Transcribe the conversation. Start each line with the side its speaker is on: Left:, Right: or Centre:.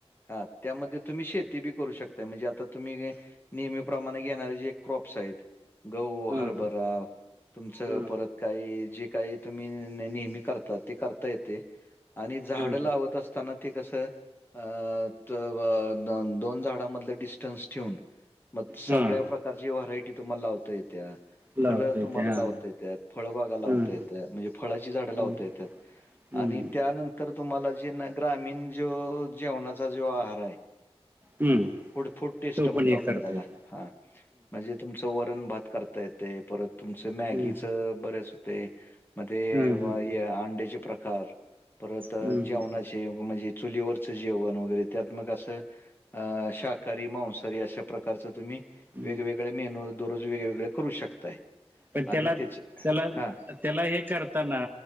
Left: हा त्यामध्ये तुम्ही शेती बी करू शक म्हणजे आता तुम्ही नेहमीप्रमाणे घेणारे जे क्रॉप्स आहेत. गहू,
Right: हा
Left: हरभरा
Right: हा
Left: तुमचं
Right: हा
Left: परत काही जे काही तुम्ही नेहमी करता ते करता येते. आणि झाड
Right: हा
Left: लावत असताना. ते कसं अ तव दोन झाडांमध्ये डिस्टन्स ठेवून. मग
Right: हा
Left: सगळ्या
Right: हा
Left: प्रकारची व्हरायटी तुम्हाला लावता येत्या.
Right: लावता
Left: फुलं
Right: येते
Left: तुम्हाला
Right: हा
Left: लावता येतात. फळबागा लावता
Right: हा
Left: येत्या म्हणजे फळाची झाडं लावता
Right: हम्म
Left: येतात.
Right: हम्म.
Left: आणि त्यानंतर तुम्हाला जे ना ग्रामीण जो जेवणाचा जो आहार आहे.
Right: हम्म.
Left: फूड फूड टेस्ट
Right: तो
Left: म्हणतो.
Right: पण हे
Left: आपण
Right: करता
Left: त्याला
Right: येत
Left: हा म्हणजे तुमचं वरण भात करता येते परत तुमचं मॅगीच
Right: हा
Left: बरेच होतय. मग तेव्हा
Right: हा
Left: हे अंड्याचे प्रकार परत
Right: हा
Left: जेवणाचे म्हणजे चुलीवरचं जेवण वगैरे त्यात मग असं अ शाक हरी, मांसहारी अशा प्रकारचे तुम्ही
Right: हा
Left: वेगवेगळे मेनू दररोज वेगवेगळे करू शकताय.
Right: पण त्याला
Left: आणि त्याचे
Right: त्याला
Left: हां,
Right: त्याला हे करताना.